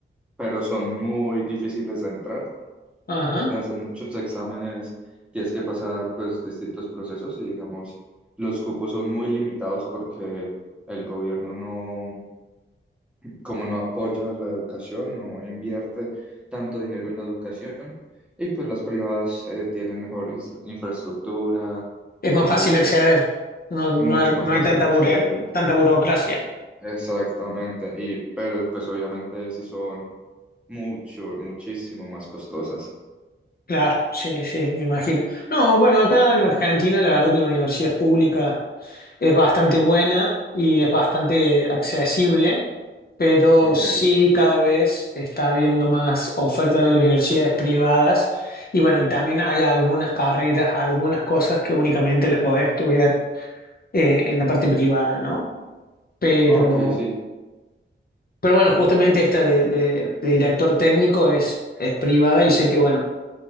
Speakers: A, in the centre; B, on the left (about 50°).
A: pero son muy difíciles de entrar.
B: ajá.
A: Te hacen muchos exámenes, tienes que pasar pues distintos procesos y digamos, los cupos son muy limitados porque el gobierno no como no apoya la educación, no invierte tanto dinero en la educación, y pues las privadas eh, tienen mejor instra- infraestructura,
B: Es más
A: eh,
B: fácil acceder, no, no
A: mucho
B: hay,
A: más
B: no
A: fácil
B: hay tanta,
A: acceder,
B: bure- tanta burocracia.
A: exactamente, y pero pues obviamente sí son mucho, muchísimo más costosas.
B: Claro, sí, sí, me imagino. No, bueno, acá en Argentina la verdad que la universidad pública es bastante buena y es bastante accesible. pero
A: Ok,
B: sí cada vez está habiendo más oferta de universidades privadas y bueno, y también hay algunas carreras, algunas cosas que únicamente las podés estudiar eh, en la parte privada, ¿no? Pero,
A: ok, sí,
B: pero bueno, justamente esta de, de- de director técnico es, es privada y sé que bueno,